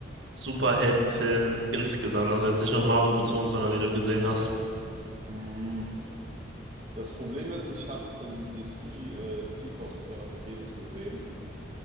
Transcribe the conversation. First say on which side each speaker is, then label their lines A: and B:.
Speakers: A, on the right; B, on the right.
A: Superheldenfilm insgesamt? Also jetzt nicht nur Marvel bezogen, sondern die du gesehen hast.
B: Mhm. Das Problem ist, ich habe im DC, äh, DC-Kosmos relativ wenig gesehen.